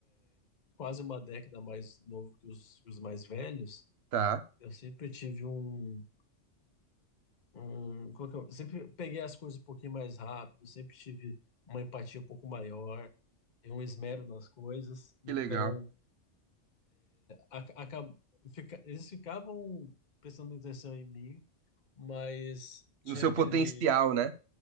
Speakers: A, on the left; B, on the right.
A: quase uma década mais novo que os, que os mais velhos,
B: tá,
A: eu sempre tive um, um, como é que eu, sempre peguei as coisas um pouquinho mais rápido, sempre tive uma empatia um pouco maior e um esmero nas coisas. Então,
B: que legal.
A: a, acab- fica- eles ficavam prestando atenção em mim, mas tinha
B: No seu
A: aquele
B: potencial, né?